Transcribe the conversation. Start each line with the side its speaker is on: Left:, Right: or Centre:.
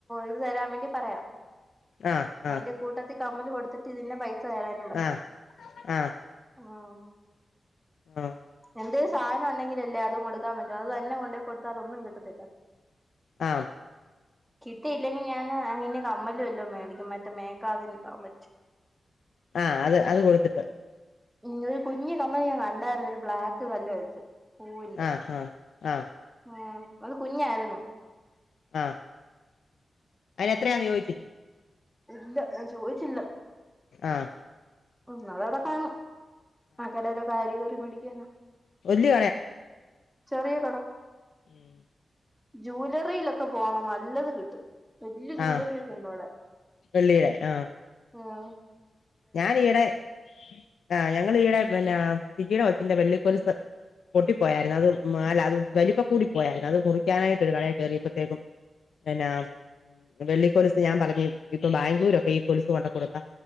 Centre: ഇത് തരാൻ വേണ്ടി പറയാം.
Left: ആഹ്
Centre: അയിന്റെ
Left: ആഹ്
Centre: കൂട്ടത്തി കമ്മല് കൊട്ത് - ഇതിന്റെ പൈസ തരാനും പറയാ.
Left: ആഹ് ആഹ്
Centre: ഉം
Left: ആഹ്
Centre: എന്തേ സാന ഉണ്ടെങ്കിലല്ലേ അതും കൊടുക്കാൻ പറ്റു. അത് തന്നെ കൊണ്ടെ കൊട്ത്താ ഒന്നും കിട്ടത്തില്ല.
Left: ആഹ്
Centre: കിട്ടിയില്ലെങ്കി ഞാന് അയിന് കമ്മലു വല്ലോ മേടിക്കും മറ്റേ മേക്കാതിന് ഇടാൻ പറ്റ്
Left: ആഹ് അത് അത് കൊടുത്തിട്ട്
Centre: ഉം ഒരു കുഞ്ഞ് കമ്മല് ഞാൻ കണ്ടായ്രുന്നു ഒരു ബ്ലാക്ക് കല്ല് വെച്ച് പൂവിന്റെ
Left: ആഹ് ആഹ് ആഹ്
Centre: ഉം അത് കുഞ്ഞാര്ന്നു
Left: ആഹ് അയിനെത്രയാന്ന് ചോയിചില്ലേ
Centre: ഇല്ല ഞാൻ ചോദിച്ചില്ല
Left: ആഹ്
Centre: ഉം അതവിടെ കാണും. ആഹ് കടേല് ആര് കേറി മേടിക്കാനാ.
Left: വലിയ
Centre: ചെറിയ കട
Left: ഉം
Centre: ജൂലറിലൊക് ക്കെ പോണം നല്ലത് കിട്ടും. വല്യ ജൂവ്ലലറി
Left: ആഹ്
Centre: ഒക്കെ ണ്ടവടെ.
Left: വെള്ളിയുടെ ആഹ്
Centre: ഉംഹ്
Left: ഞാൻ ഈയിടെ ആ ഹ് ഞങ്ങൾ ഈയിടെ പിന്നെ <unintelligible> ത്തിന്റെ വെള്ളിക്കൊലിസ് പൊട്ടിപ്പോയായിരുന്നു അത് മല്ല അത് വലിപ്പം കൂടി പോയായിരുന്നു, അത് മുറിക്കാനായിട്ട് ഒരു കടെ കയറിപ്പഴത്തേക്കും പിന്ന വെള്ളിക്കൊലിസ് ഞാൻ പറഞ്ഞു ഇപ്പൊ ബാംഗ്ലൂരൊക്കെ ഈ കൊലിസ് കൊണ്ട കൊടുത്താ